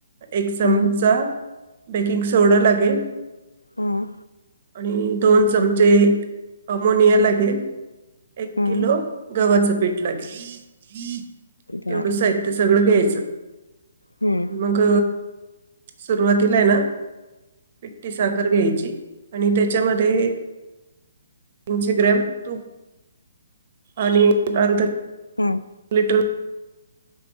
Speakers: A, on the right; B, on the left.
A: एक चमचा
B: हम्म
A: बेकिंग सोडा लागेल.
B: हम्म
A: आणि दोन चमचे अमोनिया लागेल. एक
B: हम्म
A: किलो गव्हाचं पीठ लागेल.
B: बरं
A: एवढं साहित्य सगळं घ्यायचं.
B: हूं
A: मग सुरुवातीला हाय ना पिट्टी साखर घ्यायची आणि त्याच्यामध्ये तीनशे ग्रॅम तूप आणि अर्धा
B: हूं
A: लिटर